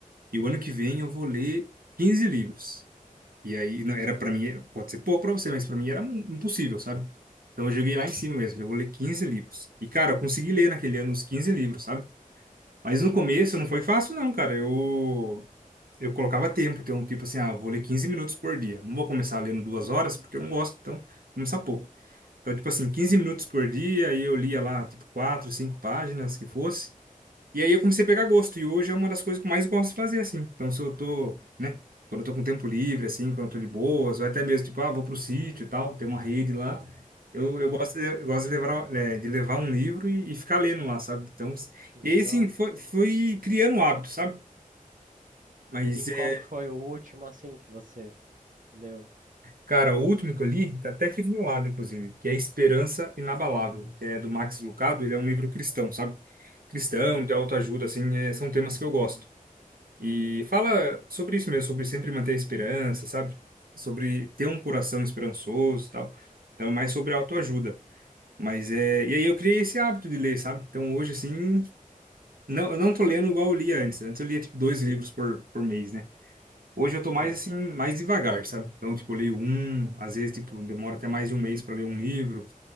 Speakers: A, on the right; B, on the right.
A: e o ano que vem eu vou ler 15 livros. E aí não, era para mim, pode ser pouco para você, mas para mim era im- impossível, sabe? Então eu joguei lá em cima mesmo, eu vou ler 15 livros. E cara, eu consegui ler naquele ano os 15 livros, sabe? Mas
B: uhum,
A: no começo não foi fácil não, cara. Eu eu colocava tempo, então, tipo assim, ah, eu vou ler 15 minutos por dia. Não vou começar lendo duas horas, porque eu não gosto, então, vou começar pouco. Então, tipo assim, 15 minutos por dia, aí eu lia lá, tipo, quatro, cinco páginas, que fosse. E aí eu comecei a pegar gosto, e hoje é uma das coisas que eu mais gosto de fazer, assim. Então, se eu tô, né, quando eu tô com tempo livre, assim, quando eu tô de boas, ou até mesmo, tipo, ah, vou pro sítio e tal, tem uma rede lá. Eu, eu
B: uhum.
A: gosto de, eu gosto de levar, eh, de levar um livro e, e ficar lendo lá, sabe? Então,
B: Legal.
A: e aí, assim, foi, fui criando um hábito, sabe? Mas
B: E qual
A: é
B: que foi o último, assim, que você leu?
A: Cara, o último que eu li, tá até aqui do meu lado, inclusive, que é Esperança Inabalável, que é do Max Lucado, ele é um livro cristão, sabe? Cristão,
B: Uhum,
A: de autoajuda, assim, é- são temas que eu gosto. E fala sobre isso mesmo, sobre sempre manter a esperança, sabe? Sobre ter um coração esperançoso e tal. Então, é mais sobre autoajuda. Mas é. E aí eu criei esse hábito de ler, sabe? Então, hoje, assim, não, eu não tô lendo igual eu lia antes. Antes eu lia, tipo, dois livros por, por mês, né? Hoje eu tô mais
B: sei.
A: assim, mais devagar, sabe? Então, tipo, eu leio um, às vezes, tipo, demora até mais de um mês para ler um livro,